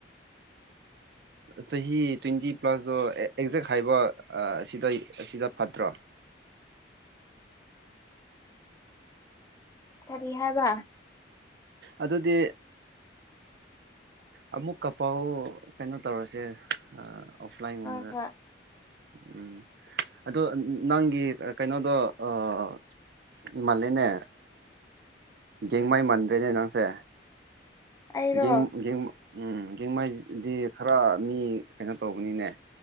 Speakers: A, on the left (about 15°); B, on the right (about 55°).
A: <inaudible>
B: ꯆꯍꯤ ꯇ꯭ꯋꯦꯟꯇꯤ ꯄ꯭ꯂꯁꯇꯣ ꯑꯦꯛꯖꯦꯛ ꯍꯥꯏꯕ ꯑꯁꯤꯗ ꯑꯁꯤꯗ ꯐꯠꯇ꯭ꯔꯣ
A: ꯀꯔꯤ ꯍꯥꯏꯕ
B: ꯑꯗꯨꯗꯤ ꯑꯃꯨꯛ ꯀꯄꯥꯎ ꯀꯩꯅꯣ ꯇꯧꯔꯁꯦ꯫ ꯑꯣꯐꯂꯥꯏꯟꯒꯨꯝꯕꯗ
A: ꯍꯣꯏ ꯍꯣꯏ
B: ꯎꯝ ꯑꯗꯣ ꯅꯪꯒꯤ ꯀꯩꯅꯣꯗꯣ ꯑꯥ ꯃꯥꯜꯂꯦꯅꯦ ꯒꯦꯡꯃꯥꯏ ꯃꯟꯗ꯭ꯔꯦꯅꯦ ꯅꯪꯁꯦ꯫
A: ꯑꯩꯔꯣ
B: ꯖꯦꯡ ꯖꯦꯡ ꯎꯝ ꯖꯦꯡꯃꯥꯏꯗꯤ ꯈꯔ ꯃꯤ ꯀꯩꯅꯣ ꯇꯧꯕꯅꯤꯅꯦ꯫